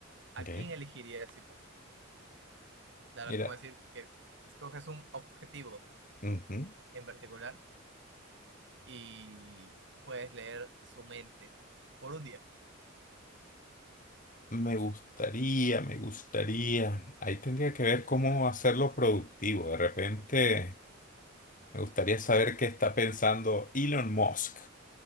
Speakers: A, on the right; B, on the left.
A: ¿a
B: Ok.
A: quién elegirías y por? qué? Claro,
B: Mira.
A: es como decir que escoges un objetivo
B: Ujú.
A: en particular y puedes leer su mente por un día.
B: Me gustaría, me gustaría. Ahí tendría que ver cómo hacerlo productivo. De repente, me gustaría saber qué está pensando Elon Musk